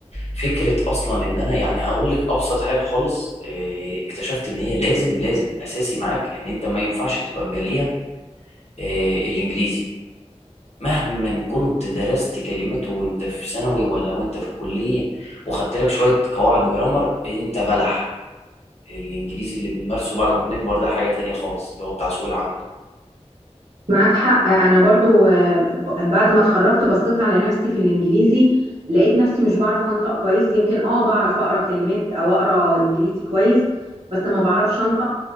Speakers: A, on the left (about 65°); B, on the right (about 75°).
A: فكره اصلا ان انا يعني هقول لك ابسط حاجه خالص إيه، اكتشفت ان هي لازم لازم اساسي معاك ان انت ما ينفعش تبقى مجليها إيه، الانجليزي مهما كنت درست كلمات وانت في ثانوي ولا وانت في الكلية وخدت لك شوية قواعد جرامر انت بلح الانجليزي اللي بنمارسه بعد ما بنكبر ده حاجة تانية خالص اللي هو بتاع سوق العمل
B: معاك حق انا برضو آه، ب- بعد ما اتخرجت بصيت على نفسي في الانجليزي لقيت نفسي مش بعرف انطق كويس يمكن اه بعرف اقرا كلمات او اقرا انجليزي كويس بس ما بعرفش انطق